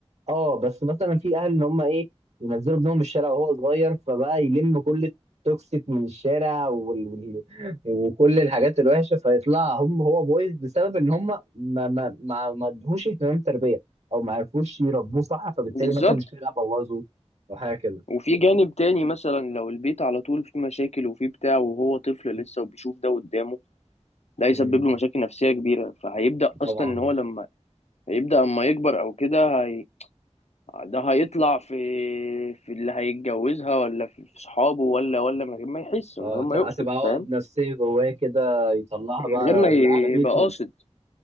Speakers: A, on the right (about 80°); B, on the left (about 75°).
A: اه بس مثلا في اهل ان هم ايه ينزلوا ابنهم الشارع وهو صغير فبقى يلم كل التوكسيك من الشارع وال... وال... وكل الحاجات الوحشه فيطلع هم هو بويز بسبب ان هم ما ما ما ما ادوهوش اهتمام تربيه او ما عرفوش يربوه صح فبالتالي
B: بالظبط
A: مثلا الشارع بوظه او حاجه كده
B: وفي جانب تاني مثلا لو البيت على طول فيه مشاكل وفيه بتاع وهو طفل لسه وبيشوف ده قدامه ده هيسبب
A: امم
B: له مشاكل نفسية كبيرة فهيبدأ
A: طبعا
B: أصلا إن هو لما هيبدأ أما يكبر أو كده هي... ده هيطلع في في اللي هيتجوزها ولا في في صحابه ولا ولا من غير ما يحس
A: اه
B: من غير ما
A: ت- هتبقى
B: يقصد
A: عقد
B: فاهم
A: نفسيه جواه كده يطلعها
B: من
A: بقى على
B: غير ما يبقى
A: على بيته
B: قاصد